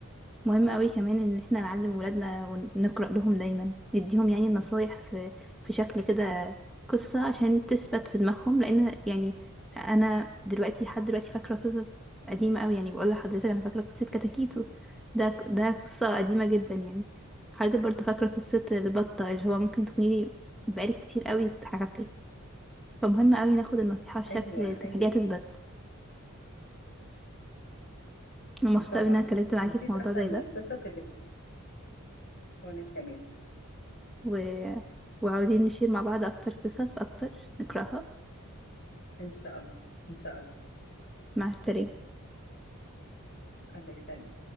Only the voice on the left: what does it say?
ايوه
ايوه
طبعا
مفيش
احسن
من
القصص اللي وانا كمان
ان شاء الله ان شاء الله
الله يسلمك